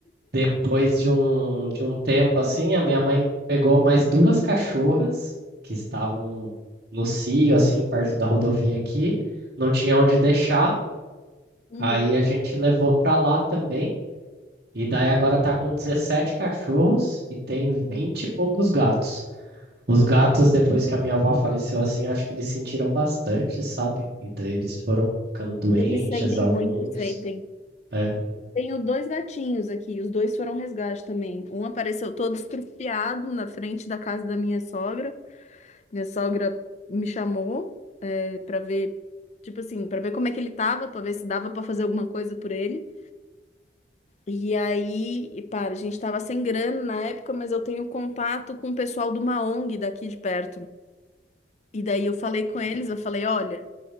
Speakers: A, on the right; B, on the left.
A: depois de um, de um tempo assim, a minha mãe pegou mais duas cachorras que estavam no cio, assim, perto da rodovia aqui, não tinha onde deixar.
B: Uhum.
A: Aí a gente levou para lá também. E daí agora tá com 17 cachorros e tem 20 e poucos gatos. Os gatos, depois que a minha avó faleceu, assim, acho que eles sentiram bastante, sabe? E daí eles foram ficando doentes,
B: Eles sentem
A: alguns.
B: muito, sentem.
A: É.
B: Tenho dois gatinhos aqui, os dois foram resgate também. Um apareceu todo estrupiado na frente da casa da minha sogra. Minha sogra me chamou é, para ver, tipo assim, para ver como é que ele tava, para ver se dava para fazer alguma coisa por ele. E aí, e para, a gente tava sem grana na época, mas eu tenho contato com o pessoal de uma ONG daqui de perto. E daí eu falei com eles, eu falei, olha,